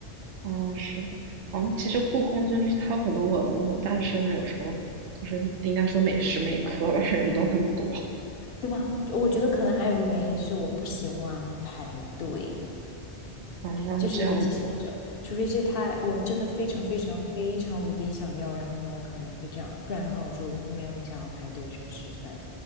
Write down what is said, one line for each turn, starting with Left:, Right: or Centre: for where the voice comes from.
Right: 哦，是的。嗯，其实故宫就是它有很多文物，但是呢，有时候就是应该说每时每刻吧，人都很多。<laughs>
Left: 对吧？我觉得可能还有一个原因是我不喜欢排队，
Right: 哦，
Left: 就是尤其是那种，
Right: 这样子。
Left: 除非是他我真的非常非常非常无敌想要，然后呢，我可能会这样，不然的话我就没有很想要排队，说实在的。